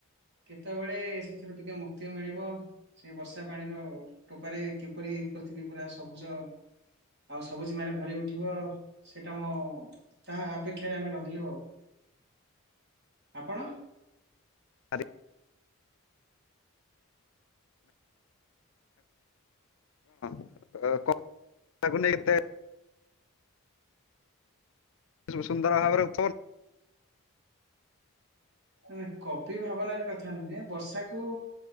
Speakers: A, on the right (about 50°); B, on the left (about 65°).
A: କେତବେଳେ ସେଥିରୁ ଟିକେ ମୁକ୍ତି ମିଳିବ। ସେ ବର୍ଷା ପାଣିର ଟୋପାରେ କିପରି ପୃଥିବୀ ପୁରା ସବୁଜ। ଆଉ ସବୁଜିମାରେ ଭରି ଉଠିବ ସେଟା ମୋ ତାହା ଅପେକ୍ଷାରେ ଆମେ ରହିଲୁ ଆଉ। ଆପଣ?
B: ଆରେ କଣ <unintelligible> ସୁ ସୁନ୍ଦର ଭାବରେ <unintelligible>
A: ନା ନା କବି ଭାବନାର କଥା ନୁହେଁ ବର୍ଷାକୁ